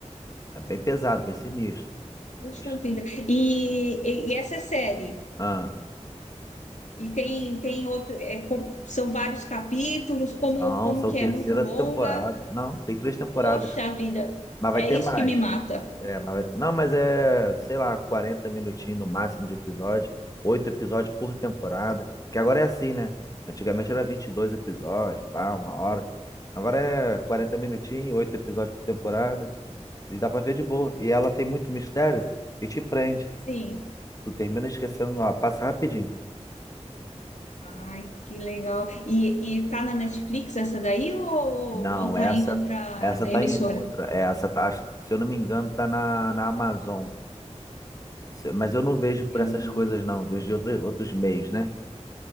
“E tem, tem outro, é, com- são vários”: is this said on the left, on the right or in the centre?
Left